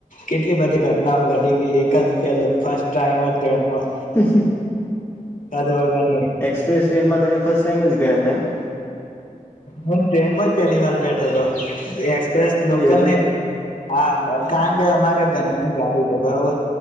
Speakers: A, on the left (about 70°); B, on the left (about 20°).
A: કેટલી બધી ઘટનાઓ ઘટી ગઈ એક જ પે ફસ્ટ ટાઈમ જ ટ્રેનમાં
B: હમ હમ
A: <unintelligible>
B: એક્સપ્રેસ ટ્રેનમાં તમે ફર્સ્ટ ટાઈમ જ ગયા તેમ
A: હું ટ્રેનમાં જ પહેલી વાર બેઠો હતો એક પ્રેસ લોકલ
B: એવું
A: ને
B: એમ.
A: હા બ કારણ કે અમારે ઘરની ગાડી બરોબર